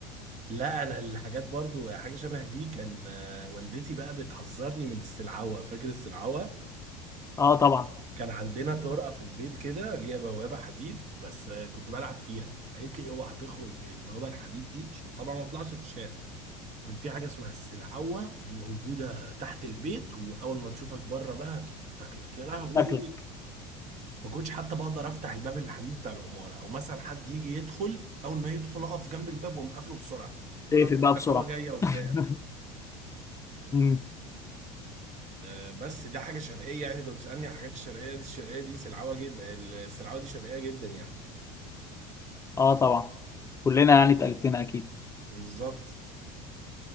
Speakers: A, on the right (about 45°); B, on the left (about 15°).
A: لا انا الحاجات برضو حاجة شبه دي كان آه والدتي بقى بتحذرني من السلعوة فاكر السلعوة
B: اه طبعا
A: كان عندنا طرقة في البيت كده ليها بوابة حديد بس آه كنت بلعب فيها قالت لي اوعى تخرج من البوابة الحديد دي عشان طبعا ما اطلعش في الشارع كان في حاجة اسمها السلعوة موجودة تحت البيت وأول ما تشوفك بره بقى تقوم تاكلك يا لهوي
B: شكلك
A: ما كنتش حتى بقدر أفتح الباب الحديد بتاع العمارة أو مثلا حد يجي يدخل أول ما يدخل أقف جنب الباب وأقوم قافله بسرعة أقول
B: تقفل
A: له أصل
B: بقى بسرعه
A: السلعوة جاية وبتاع
B: <laughs> مم.
A: آه، بس دي حاجة شرقية يعني كنت بتسألني على الحاجات الشرقية دي الشرقية دي سلعوة جدا السلعوة دي شرقية جدا يعني
B: اه طبعا كلنا يعني اتقلبتنا اكيد
A: بالظبط